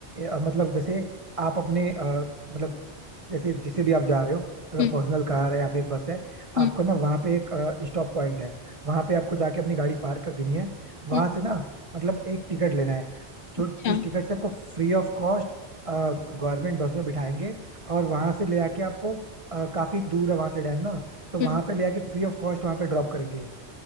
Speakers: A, on the right; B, on the left.
A: अ, मतलब जैसे आप अपने अ, मतलब जैसे जिसे भी आप जा रहे हो अगर
B: हम्म
A: पर्सनल कार है या फिर बस है आपको
B: हम्म
A: ना वहाँ पे एक स्टॉप पॉइंट है वहाँ पे आपको जाके अपनी गाड़ी पार्क कर देनी है वहां
B: हम्म,
A: से ना मतलब एक टिकट लेना है जो
B: अच्छा
A: जिस टिकट से आपको free of cost government bus में बिठाएंगे और वहां से ले आके आपको अ, काफी दूर है वहां से डैम ना तो
B: हम्म
A: वहां पे ले आके फ्री ऑफ कॉस्ट वहां पे ड्रॉप करेंगे